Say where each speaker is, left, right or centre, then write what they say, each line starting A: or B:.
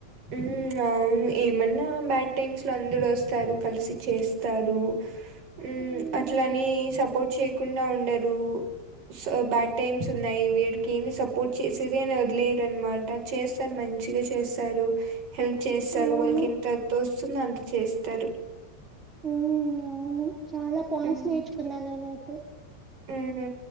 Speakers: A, on the right (about 40°); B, on the right (about 20°).
A: ఉమ్ అవును ఏమన్నా బ్యాడ్ టైమ్స్ లో అందరుూ వస్తారు కలిసి చేస్తారు ఉమ్
B: హ్మ్.
A: అట్లని సపోర్ట్ చేయకుండా ఉండరు సో బ్యాడ్ టైమ్స్ ఉన్నాయి వీడికి ఏ సపోర్ట్ చేసేది అని వదిలేదు అనమాట చేస్తారు మం మంచిగా చేస్తారు హెల్ప్ చేస్తారు
B: అవును
A: వాళ్ళకి ఎంత తోస్తుందో అంత చేస్తారు
B: హ్మ్ అవును చాలా పాయింట్స్
A: మ్మ్.
B: నేర్చుకున్నా నేనైతే
A: మ్మ్.